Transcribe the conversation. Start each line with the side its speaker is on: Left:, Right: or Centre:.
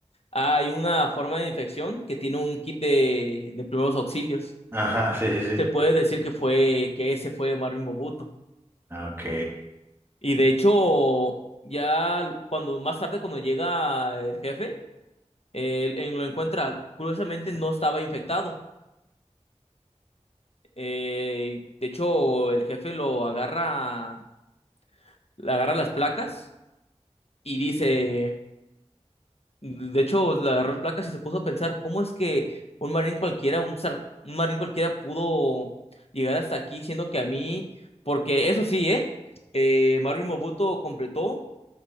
Left: hay una forma de infección que tiene un kit de, de primeros auxilios.
Right: Ajá, sí, sí, sí.
Left: Se puede decir que fue, que ese fue Marvin Mobuto.
Right: Ok.
Left: Y de hecho, ya cuando más tarde, cuando llega el jefe, Él, él lo encuentra, curiosamente no estaba infectado. Eh, de hecho, el jefe lo agarra, le agarra las placas y dice, de hecho, le agarró las placas y se puso a pensar, ¿cómo es que un marín cualquiera, un, sar- un marín cualquiera pudo llegar hasta aquí, siendo que a mí, porque eso sí, ¿eh? Eh, Marin Mobuto completó,